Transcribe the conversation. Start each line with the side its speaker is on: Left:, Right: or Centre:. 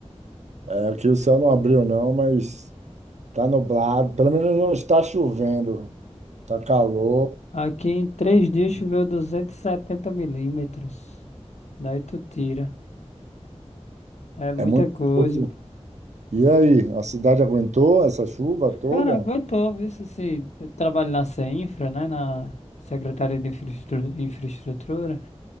Right: É, aqui o céu não abriu não, mas tá nublado. Pelo menos não está chovendo. Tá calor,
Left: Aqui em três dias choveu 270 milímetros. Daí tu tira. É muita
Right: é muito
Left: coisa.
Right: coisa.
Left: pô.
Right: E aí, a cidade aguentou essa chuva toda?
Left: Cara, aguentou, viu? Se, se, eu trabalho na CEINFRA, né? Na Secretaria de Infraestrutura, Infraestrutura.